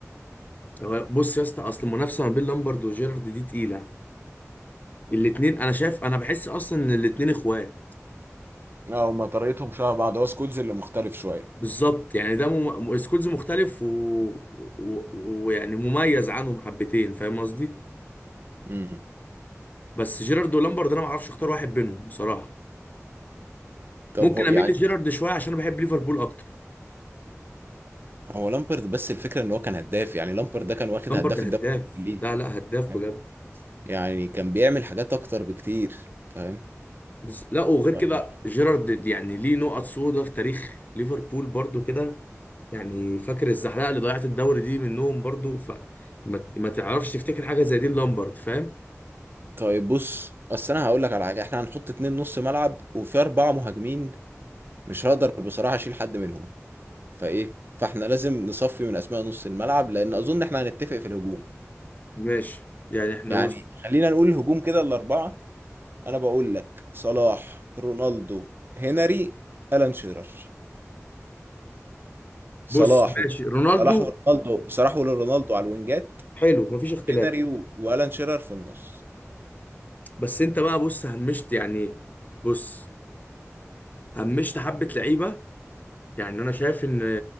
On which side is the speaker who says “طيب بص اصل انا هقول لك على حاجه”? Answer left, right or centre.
Right